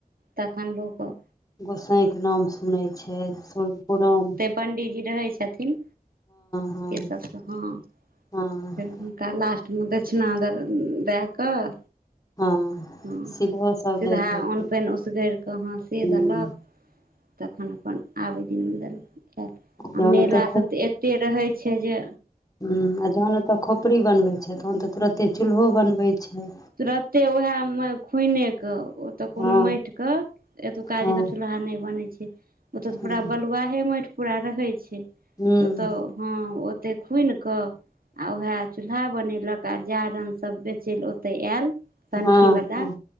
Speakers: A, on the right; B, on the left.
A: तखन लोक
B: गोसाइके नाम सुनै छै सूर्य पुरण
A: पण्डीजी रहै छथिन
B: हँ
A: सब हँ
B: हँ
A: फेर आ लास्टमे दक्षिणा दए कऽ
B: हँ
A: हुँ
B: सिधो सब
A: सीधा
B: दैत हेतै
A: अन्न पानि उसगेर कऽ हाँ से
B: हूँ
A: देलक तखन अपन आबे दिन मे देल
B: जहन
A: आ मेला
B: ओतऽ
A: सब ते एते रहे छै छै जे
B: हुँ आ जखन ओतय खोपड़ी बनबै छै तहन तऽ तुरन्ते चूल्हो बनबै छै
A: तुरते उएह मे खुने क ओ तय कोनो
B: हँ
A: माटिके एतओं जंका
B: हँ
A: चूल्हा नहि बनैत छै ओतऽ तऽ
B: हूँ
A: पूरा बलुआहे माटि पूरा रहै छै
B: हूँ
A: तऽ ओतऽ हँ ओते खुईन कऽ आ वएह चूल्हा बनेलक आ जारन सब बेचल ओते आयल
B: हँ
A: सँठीवलाा
B: हँ